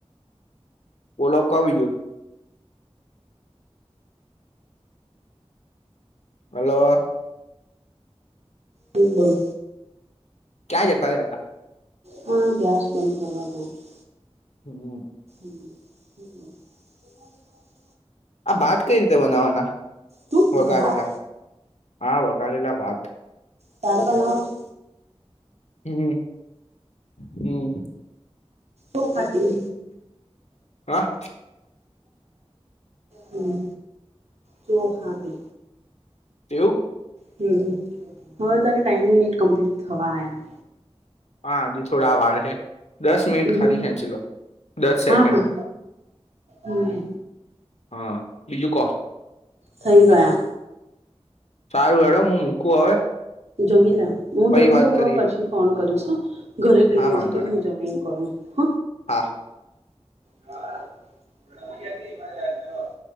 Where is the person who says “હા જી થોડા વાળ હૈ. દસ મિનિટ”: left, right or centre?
Left